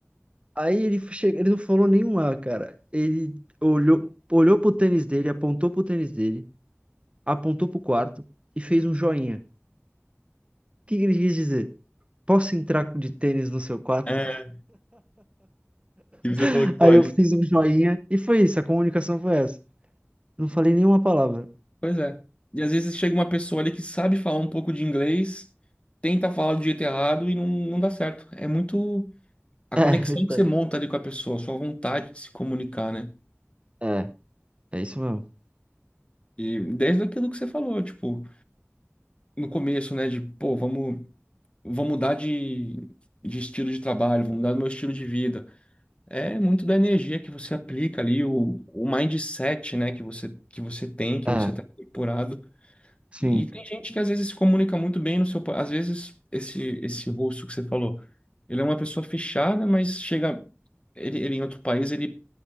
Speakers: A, on the right (about 25°); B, on the left (about 25°).
A: Aí ele, che... ele não falou nenhum A, cara. Ele olhou, olhou pro tênis dele, apontou pro tênis dele, apontou pro quarto e fez um joinha. que que ele quis dizer? Posso entrar de tênis no seu quarto?
B: É. E você
A: <laughs>
B: falou que pode.
A: Aí eu fiz um joinha e foi isso, a comunicação foi essa. Não falei nenhuma palavra.
B: Pois é. E às vezes chega uma pessoa ali que sabe falar um pouco de inglês, tenta falar do jeito errado e não, não dá certo. É muito a
A: É,
B: conexão
A: verdade.
B: que você monta ali com a pessoa, a sua vontade de se comunicar, né?
A: É, é isso mesmo.
B: E desde aquilo que você falou, tipo, no começo, né, de, pô, vamos, vamos mudar de, de estilo de trabalho, vamos mudar do meu estilo de vida. É muito da energia que você aplica ali, o, o mindset, né, que você, que você tem, que
A: É,
B: você tá incorporado.
A: sim.
B: E tem gente que às vezes se comunica muito bem no seu. pa- Às vezes, esse, esse russo que você falou, ele é uma pessoa fechada, mas chega. Ele, ele em outro país, ele